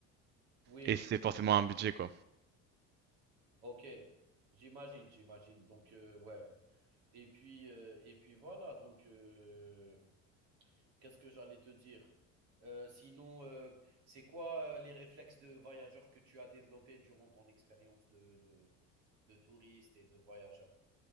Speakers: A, on the right; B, on the right.
A: oui,
B: et
A: oui,
B: c'est
A: oui,
B: forcément
A: oui.
B: un budget quoi.
A: Ok, j'imagine, j'imagine. Donc, euh, ouais. Et puis, euh, et puis voilà. Donc, euh, Qu'est-ce que j'allais te dire? Euh, sinon, euh, c'est quoi euh, les réflexes de voyageur que tu as développés durant ton expérience de, de, de touriste et de voyageur?